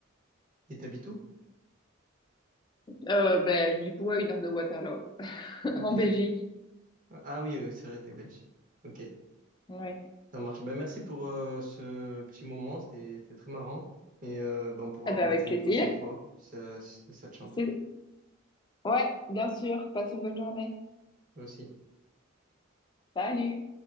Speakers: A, on the right; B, on the left.
A: Et t'habites où?
B: Euh, ben, du coup, à une heure de Waterloo. <laughs>
A: Ok.
B: en Belgique.
A: Ah oui, oui, oui, c'est vrai, t'es belge. Ok,
B: Ouais.
A: ça marche. Ben, merci pour euh, ce petit moment, c'était c'était très marrant. Et euh, ben, on pourra
B: Eh
A: remettre
B: ben, avec
A: ça
B: plaisir.
A: une prochaine fois, si ça, si ça te chante.
B: C'est- Ouais, bien sûr. Passe une bonne journée.
A: Moi aussi.
B: Salut!